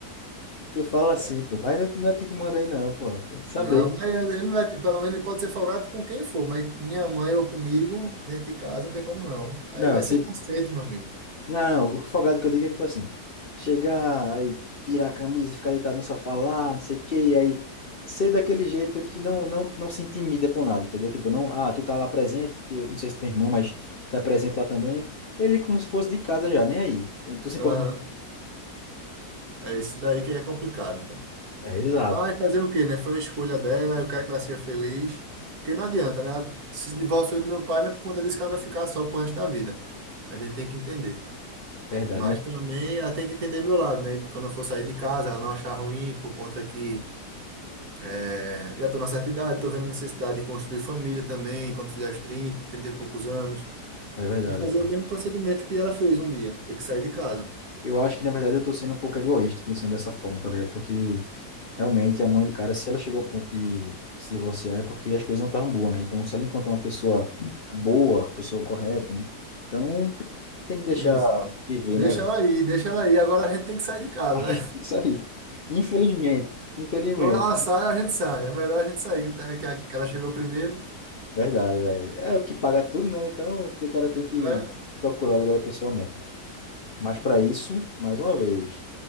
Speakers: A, on the left (about 45°); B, on the right (about 65°).
A: tu fala assim,
B: não.
A: pô, mas não, não é tu que manda aí, não, pô. Tem que saber.
B: Não, mas ele vai, pelo menos ele pode ser folgado com quem for, mas minha mãe ou comigo, dentro de casa, não tem como não. Aí
A: Não,
B: vai
A: se,
B: ser conceito, meu amigo.
A: não, o folgado que eu digo é tipo assim: chegar, aí tirar a camisa, ficar deitado no sofá lá, não sei o quê, e aí ser daquele jeito que não, não, não se intimida com nada, entendeu? Tipo, não, ah, tu tá lá presente, teu- não sei se tem irmão, mas tu é presente lá também. Ele é como se fosse de casa já, nem aí. Tu se
B: Aham.
A: importa.
B: É isso daí que é complicado, então.
A: É, exato,
B: Mas fazer o quê, né? Foi uma escolha dela, eu quero que ela seja feliz. Porque não adianta, né? Ela Se divorciou do meu pai, não é por conta disso que ela vai ficar só pro resto da vida. A gente tem que entender.
A: verdade,
B: Mas
A: né?
B: também ela tem que entender meu lado, né? Quando eu for sair de casa, ela não achar ruim por conta que É, já estou na certa idade, estou vendo a necessidade de construir família também, quando fizer os trinta trinta e poucos anos,
A: É verdade.
B: de fazer o mesmo procedimento que ela fez um dia, ter que sair de casa.
A: Eu acho que, na verdade, eu tô sendo um pouco egoísta pensando dessa forma, tá ligado? Porque, realmente, a mãe do cara, se ela chegou ao ponto de se divorciar, é porque as coisas não estavam boas, né? Então, se ela encontrar uma pessoa boa, pessoa correta, né? Então, tem que deixar
B: Exato.
A: viver,
B: Deixa
A: né, velho?
B: ela aí, deixa ela aí, agora a gente tem que sair de casa,
A: <laughs>
B: né?
A: Isso aí. Infelizmente, infelizmente.
B: <laughs> Ou ela sai ou a gente sai, é melhor a gente sair, que tá- que a- que ela chegou primeiro,
A: Verdade, velho. É o que paga tudo, né? Então, o cara tem que
B: não é?
A: procurar o lugar da pessoa mesmo. Mas, para isso, mais uma vez.